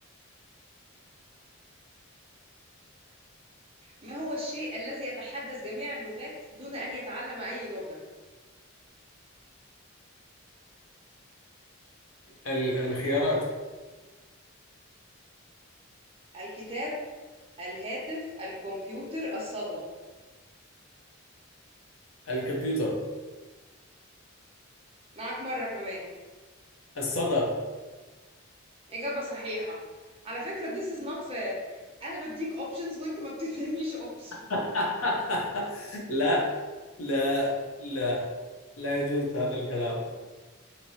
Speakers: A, on the right; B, on the left.
A: ما هو الشيء الذي يتحدث جميع اللغات دون ان يتعلم اي لغة
B: ال- الخيارات
A: الكتاب الهاتف الكمبيوتر الصدى
B: الكمبيوتر
A: معك مرة كمان
B: الصدى
A: اجابة صحيحة على فكرة this is not fair انا بديك options وانت ما بتدينيش option
B: <laughs> لا لا لا لا يجوز هذا الكلام